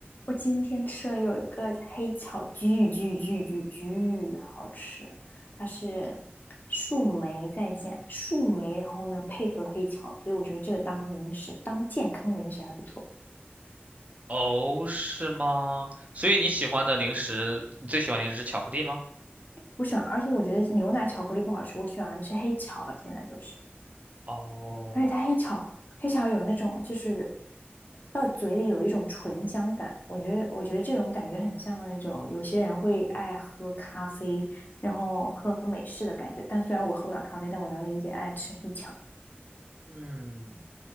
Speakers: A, on the left (about 45°); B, on the right (about 35°).
A: 我今天吃了有一个黑巧，巨巨巨巨巨好吃，它是树莓再加树莓，然后呢配合黑巧，所以我觉得这个当零食，当健康零食还不错。
B: 哦，是吗？所以你喜欢的零食，你最喜欢零食是巧克力吗？
A: 我喜欢，而且我觉得牛奶巧克力不好吃，我喜欢吃黑巧了，现在都是。
B: 哦，
A: 而且它黑巧黑巧有那种就是到嘴里有一种醇香感，我觉得我觉得这种感觉很像那种有些人会爱喝咖啡，然后喝美式的感觉。但虽然我喝不了咖啡，但我能理解爱吃黑巧。
B: 嗯，